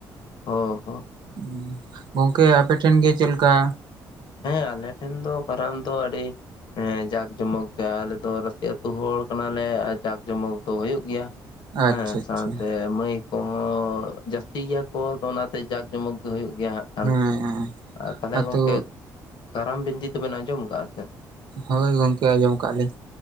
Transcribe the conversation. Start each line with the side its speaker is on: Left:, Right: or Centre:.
Left: ᱳ ᱦᱳ᱾
Right: ᱩᱸ ᱜᱚᱝᱠᱮ ᱟᱯᱮᱴᱷᱮᱱ ᱜᱮ ᱪᱮᱞᱠᱟ?
Left: ᱦᱮᱸ, ᱟᱞᱮ ᱴᱷᱮᱱ ᱫᱚ ᱠᱟᱨᱟᱢ ᱫᱚ ᱟᱹᱰᱤ ᱦᱮᱸ ᱡᱟᱸᱠᱼᱡᱚᱢᱚᱠ ᱜᱮ ᱟᱞᱮ ᱫᱚ ᱨᱟᱥᱤ ᱟᱹᱛᱳ ᱦᱚᱲ ᱠᱟᱱᱟᱞᱮ ᱟ ᱡᱟᱠᱼᱡᱚᱢᱚᱠ ᱫᱚ ᱦᱳᱭᱳᱜ ᱜᱮᱭᱟ᱾
Right: ᱟᱪᱪᱷᱟ
Left: ᱦᱮᱸ,
Right: ᱟᱪᱪᱷᱟ
Left: ᱥᱟᱶᱛᱮ ᱢᱟᱹᱭ ᱠᱚᱦᱚᱸ ᱡᱟᱹᱥᱛᱤ ᱜᱮᱭᱟ ᱠᱚ ᱛᱚ ᱚᱱᱟᱛᱮ ᱡᱟᱠᱼᱡᱚᱢᱚᱠ ᱜᱮ ᱦᱳᱭᱳᱜ ᱜᱮᱭᱟ ᱦᱟᱸᱜ ᱠᱷᱟᱱ᱾
Right: <inaudible>
Left: ᱟᱨ ᱛᱟᱦᱚᱞᱮ
Right: ᱟᱛᱳ
Left: ᱜᱚᱝᱠᱮ ᱠᱟᱨᱟᱢ ᱵᱤᱱᱛᱤ ᱫᱚᱵᱮᱱ ᱟᱸᱡᱚᱢ ᱠᱟᱜᱼᱟ ᱥᱮ?
Right: ᱦᱳᱭ ᱜᱚᱝᱠᱮ ᱟᱸᱡᱚᱢ ᱠᱟᱜᱼᱟ ᱞᱤᱧ᱾